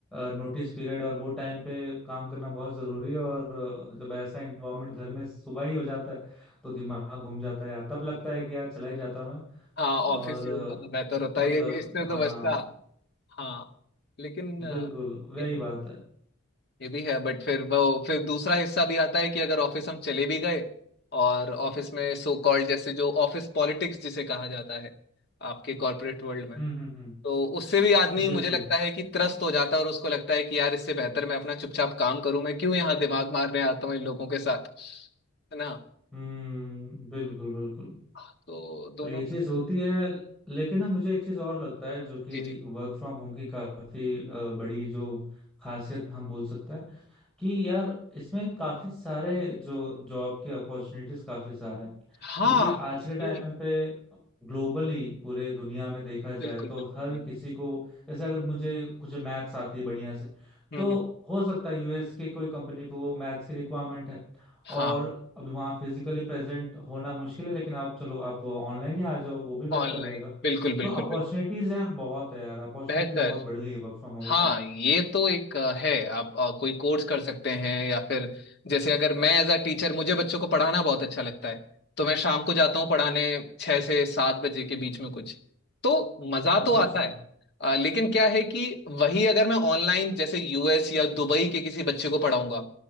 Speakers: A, in the centre; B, on the left.
A: नोटिस पीरियड और वो टाइम पे काम करना बहुत जरूरी है और अ, जब ऐसा इन्वायरमेंट घर में सुबह ही हो जाता है तो दिमाग घूम जाता है यार तब लगता है कि यार चला ही जाता
B: हाँ ऑफिस
A: और
B: ही होता तो बेहतर होता
A: अ,
B: है
A: मतलब
B: ये इससे
A: हाँ
B: तो बचता हाँ लेकिन अ,
A: बिल्कुल वही
B: ये भी
A: बात है
B: ये भी है बट फिर वो फिर दूसरा हिस्सा भी आता है कि अगर ऑफिस हम चले भी गए और ऑफिस में सो कॉल्ड जैसे जो ऑफिस पॉलिटिक्स जिसे कहा जाता है आपके कॉर्पोरेट वर्ल्ड में
A: हम्म हम्म हम्म
B: तो उससे भी आदमी
A: बिल्कुल
B: मुझे लगता है कि त्रस्त हो जाता है और उसको लगता है कि यार इससे बेहतर मैं अपना चुपचाप काम करूं मैं क्यों यहाँ दिमाग मारने आता हूँ इन लोगों के साथ है ना
A: हम्म बिल्कुल बिल्कुल
B: हाँ, तो दोनों
A: तो ये चीज होती है लेकिन ना मुझे एक चीज और लगता है जो कि
B: जी जी
A: वर्क फ्रॉम होम की काफी अ, बड़ी जो खासियत हम बोल सकते हैं कि यार इसमें काफी सारे जो जॉब के अपॉर्चुनिटीज काफी सारे हैं
B: हाँ
A: क्योंकि आज के टाइम
B: ये
A: पे ग्लोबली पूरे दुनिया में देखा जाए
B: बिल्कुल
A: तो
B: बिल्कुल
A: हर
B: बिल्कुल
A: किसी को जैसे अगर मुझे कुछ मैथ्स आती है बढ़िया से
B: हम्म
A: तो हो सकता है यूएस के कोई कंपनी को मैथ्स की रिक्वायरमेंट है
B: हाँ
A: और अभी वहाँ फिजिकली प्रेजेंट होना मुश्किल है लेकिन आप चलो आप ऑनलाइन ही आ जाओ वो भी बेहतर
B: ऑनलाइन
A: रहेगा
B: बिल्कुल बिल्कुल
A: तो अपॉर्चुनिटीज
B: बिल्कुल
A: यार बहुत है यार अपॉर्चुनिटीज
B: बेहतर
A: बहुत बढ़ गई है वर्क फ्रॉम होम के
B: हाँ
A: कारण
B: ये तो एक अ, है आप अ, कोई कोर्स कर सकते हैं या फिर जैसे अगर मैं एज अ टीचर मुझे बच्चों को पढ़ाना बहुत अच्छा लगता है तो मैं शाम को जाता हूँ पढ़ाने छह से सात बजे के बीच में कुछ तो मजा
A: अच्छा
B: तो आता
A: अच्छा
B: है अ, लेकिन क्या है कि वही अगर मैं ऑनलाइन जैसे यूएस या दुबई के किसी बच्चे को पढ़ाऊंगा